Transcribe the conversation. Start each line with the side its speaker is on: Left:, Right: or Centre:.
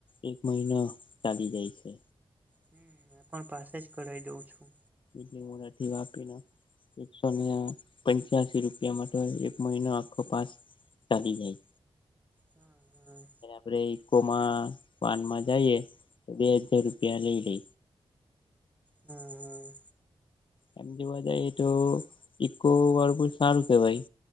Left: એક મહિનો ચાલી જાય છે.
Right: હુ એ પણ પાસે જ કરાવી દઉં છું.
Left: બીલીમોરા થી વાપીનો એકસોને પંચ પંચ્યાસી રૂપિયા તો એક મહિનો આખો પાસ ચાલી જાય.
Right: હા હા
Left: આપણે ઈકોમા વાનમાં જઈએ ડેડશો રૂપિયા લઈ લે.
Right: હા
Left: એમ જોવા જઈએ તો ઈકો વારુ સારું કેવાય